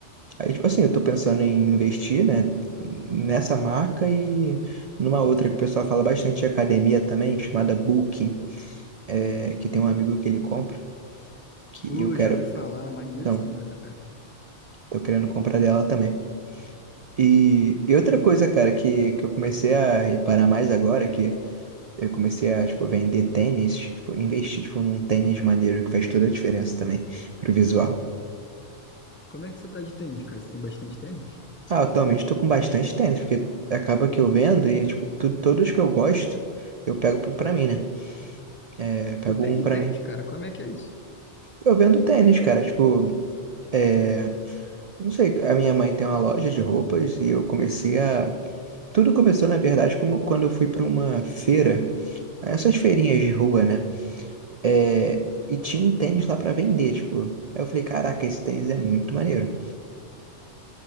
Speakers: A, on the right (about 75°); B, on the left (about 15°).
A: aí, tipo assim, eu tô pensando em investir, né, nessa marca e numa outra que o pessoal fala bastante de academia também, chamada Booking, é, que tem um amigo que ele compra, que
B: Pô,
A: eu quero,
B: já ouvi falar, maneiro
A: então,
B: essa marca, cara.
A: tô querendo comprar dela também. E, e outra coisa, cara, que, que eu comecei a reparar mais agora, que eu comecei a, tipo, vender tênis, tipo, investir, tipo, num tênis maneiro que faz toda a diferença também pro visual.
B: Como é que você tá de tênis, cara? Você tem bastante tênis?
A: Ah, atualmente tô com bastante tênis, porque acaba que eu vendo e, tipo, tu- todos que eu gosto, eu pego pra pra mim, né? É, pego
B: Tu vende
A: um pra
B: tênis,
A: mim.
B: cara? Como é que é isso?
A: Eu vendo tênis, cara, tipo, é, não sei, a minha mãe tem uma loja de roupas e eu comecei a... Tudo começou, na verdade, como quando eu fui pra uma feira, essas feirinhas de rua, né? É, e tinha um tênis lá pra vender, tipo. Aí eu falei, caraca, esse tênis é muito maneiro.